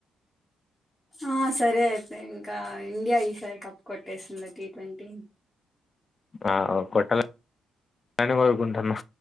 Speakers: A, in the centre; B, on the left (about 35°).
A: ఆ సరే అయితే ఇంకా ఇండియా ఈసారి కప్ కొట్టేసింది టీ ట్వంటీ
B: ఆ కొట్టలలనే కోరుకుంటున్నా